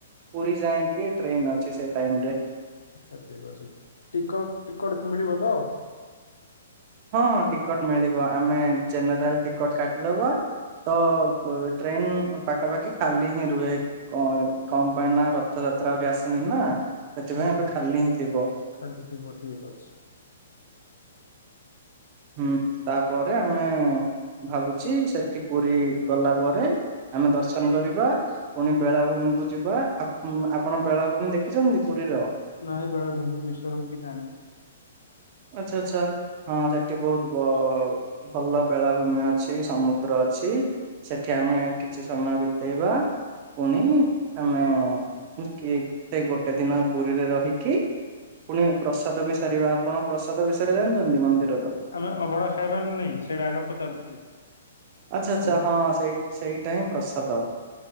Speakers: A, on the right; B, on the left.
A: ପୁରୀ ଯାଇଏକି ଟ୍ରେନ ଅଛି ସେ ଟାଇମ ରେ
B: ଆଛା ଠିକ ଅଛି ଟିକ ଟିକଟ ମିଳିବ ତ
A: ହଁ ହଁ ଟିକଟ ମିଳିବ ଆମେ ଜେନେରାଲ ଟିକଟ କାଟିଦବା ତ ଟ୍ରେନ୍ ପାଖାପାଖି ଖାଲି ହିଁ ରୁହେ। କ କଣ ପାଇଁ ନା ରଥଯାତ୍ରା ଆହୁରି ଆସିନି ନା ସେଥିପାଇଁ
B: ହଁ ହଁ
A: ଏବେ ଖାଲି ହିଁ ଥିବ।
B: ଖାଲି ଥିବ ଠିକ ଅଛି।
A: ହୁଁ ତାପରେ ଆମେ ଭାବୁଛି ସେଠି ପୁରୀ ଗଲା ପରେ। ଆମେ ଦର୍ଶନ କରିବା। ପୁଣି ବେଳାଭୂମି କୁ ଯିବା ଆପ ଆପଣ ବେଳାଭୂମି ଦେଖିଛନ୍ତି ପୁରୀର।
B: ନାଇଁ ବେଳାଭୂମି ବିଶ୍ୱର ମୁ କି ଜାଣିନି।
A: ଆଛା ଆଚ୍ଛା ହଁ ସେଠି ବହୁତ ବ ଭଲ ବେଳାଭୂମି ଅଛି ସମୁଦ୍ର ଅଛି। ସେଠି ଆମେ କିଛି ସମୟ ବିତେଇବା। ପୁଣି ଆମେ କିଏ ଗୋଟେ ଦିନ ପୁରୀରେ ରହିକି। ପୁଣି ପ୍ରସାଦ ବି ସାରିବା ଆପଣ ପ୍ରସାଦ ବିଷୟରେ ଜାଣିଛନ୍ତି ମନ୍ଦି
B: ଆମେ ଅଭଡ଼ା ଖାଇବା ନା ନାହିଁ ସେଇଟା ଆଗ ପଚାରୁଥିଲି।
A: ଆଛା ଆଛା
B: ଅବ
A: ହଁ ସେଇ ସେଇଟା ହିଁ ପ୍ରସାଦ।